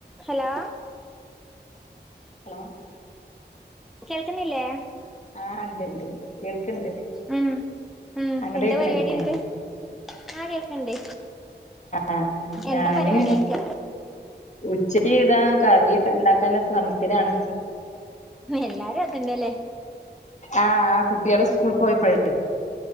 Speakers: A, in the centre; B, on the left.
A: Hello?
B: Hello?
A: കേൾക്ക്ണില്ലേ?
B: ആഹ് ഇണ്ട് ഇണ്ട് ണ്ട് കേൾക്ക്ണ്ട്
A: ഉം ഉം
B: അങ്ങട്ട്
A: എന്താ
B: കേക്ക്ണില്ലേ
A: പരിപാടി നട്ട് ആഹ് കേൾക്ണ്ട്
B: ആഹ് ഞാന്
A: എന്താപരിപാടിഒയിക്ക
B: ഉച്ചക്ക് ഇതാ കറിയൊക്കെ ഇണ്ടാക്കാല്ലെ ശ്രമത്തിലാണ്
A: എല്ലാരും അതന്നെല്ലേ
B: ആഹ് കുട്ട്യാള് സ്കൂള് പോയപ്പോഴെ